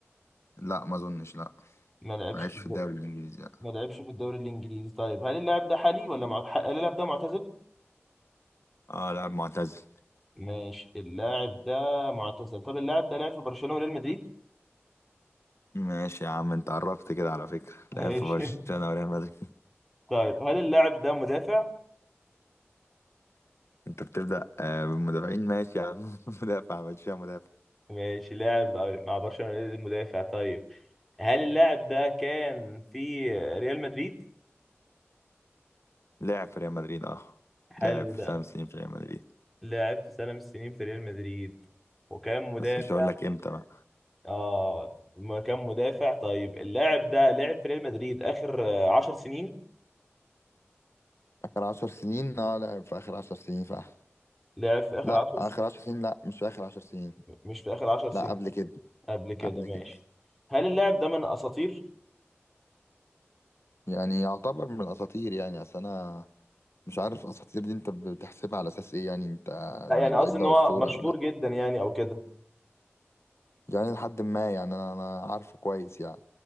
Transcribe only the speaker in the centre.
ما لعبش
في الدوري
ما لعبش في الدوري الإنجليزي طيب هل اللاعب ده حالي ولا مع... ح- هل اللاعب ده معتزل؟
ماشي اللاعب ده معتزل طب اللاعب ده لعب في برشلونة وريال مدريد؟
ماشي
<laughs>
طيب هل اللاعب ده مدافع؟
ماشي لاعب مع برشلونة المدافع طيب هل اللاعب ده كان في ريال مدريد؟
حلو
ده
لعب في سنة من السنين في ريال مدريد وكان مدافع
اه ما كان مدافع طيب اللاعب ده لعب في ريال مدريد آخر آه، عشر سنين
لعب في آخر
عشر
س...
مش في آخر عشر سنين
قبل كده
ماشي
هل اللاعب ده من أساطير؟
لا
يعني
قصدي إن
هو
مشهور
جدا يعني أو كده